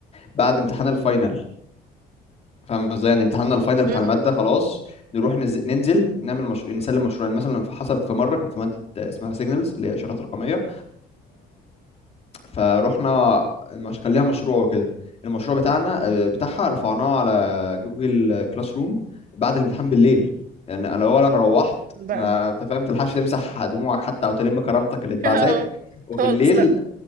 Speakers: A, on the left; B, on the right.
A: بعد امتحان الفاينل فاهم ازاي يعني امتحاننا الفاينل بتاع
B: م-
A: المادة
B: م-
A: خلاص نروح نز... ننزل نعمل مشروع نسلم مشروع يعني مثلا حصلت في مرة كان في مادة اسمها سيجنالز اللي هي اشارات رقمية فروحنا المش... كان ليها مشروع وكده المشروع بتاعنا آه، بتاعها رفعناه على جوجل كلاس روم بعد الامتحان بالليل يعني انا اول انا روحت
B: م- بقى
A: ما
B: <laughs> م-
A: انت فاهم تلحقش تمسح دموعك حتى او تلم كرامتك اللي اتبعزت
B: آه،
A: وبالليل
B: خالص لا